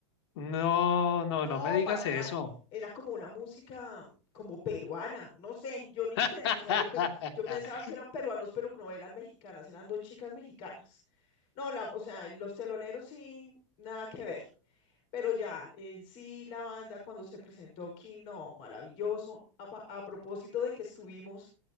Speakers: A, on the left (about 60°); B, on the left (about 35°).
A: No, no,
B: No,
A: no me digas
B: para
A: eso.
B: nada. Era como una música como peruana. No sé, yo no
A: <laughs>
B: entendí. O sea, yo, pe- yo pensaba que eran peruanos, pero no eran mexicanas, eran dos chicas mexicanas. No, la, o sea, los teloneros sí, nada que ver. Pero ya, en sí la banda cuando se presentó aquí, no, maravilloso. A, pa- a propósito de que estuvimos